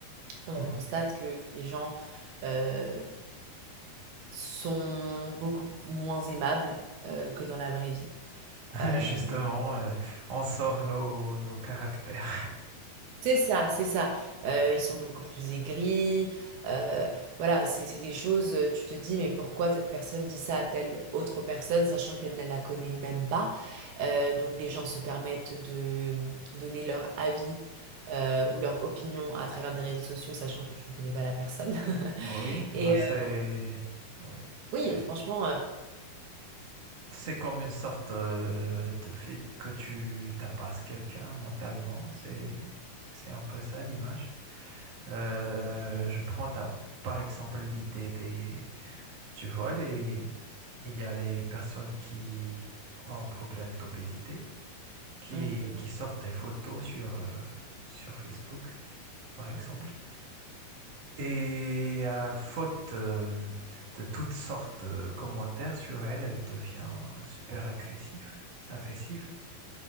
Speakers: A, on the right; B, on the right.
A: on
B: Hmm.
A: constate que les gens euh, sont beaucoup moins aimables euh, que dans la vraie vie.
B: <laughs>
A: Euh,
B: Justement, euh, on sort nos, nos caractères.
A: C'est ça, c'est ça. Euh, ils sont beaucoup plus aigris. euh, voilà, c'est c'est des choses, euh, tu te dis, mais pourquoi cette personne dit ça à telle autre personne, sachant qu'elle ne la connaît même pas. Euh, donc les gens se permettent de donner leur avis euh, ou leur opinion à travers des réseaux sociaux, sachant que tu ne connais pas la personne. <laughs>
B: Oui, hein,
A: Et
B: c'est
A: euh,
B: oui, c'est
A: oui, franchement, euh,
B: c'est comme une sorte euh, de fait que tu tapasses quelqu'un mentalement, c'est c'est un peu ça l'image. Euh, je prends ta- par exemple l'idée des Tu vois, les... il y a les personnes qui ont un problème d'obésité, qui,
A: mhm,
B: qui sortent des photos sur, euh, sur Facebook, par exemple.
A: mhm,
B: Et à faute euh, de toutes sortes de commentaires sur elle, elle devient super agressive, agressive.